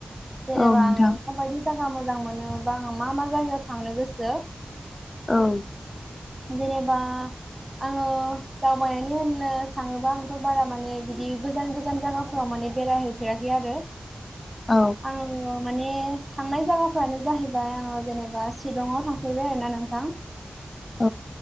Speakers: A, on the right; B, on the left.
A: जेनेबा
B: नोंथां
A: आं माबायदि जागोन। मोजां मोनो बा आं मा मा जायगायाव थांनो गोसो
B: औ।
A: जेनेबा आङो दावबायनानै होननो थाङोबा आंथ' बारा माने बिदि गोजान गोजान जायगाफोराव माने बेराय हैफेराखै आरो
B: औ
A: आं माने बे थांनाय जायगाफ्रानो जाहैबाय आङो जेनेबा शिलंआव थांफेरबाय आरो ना नोंथां।
B: औ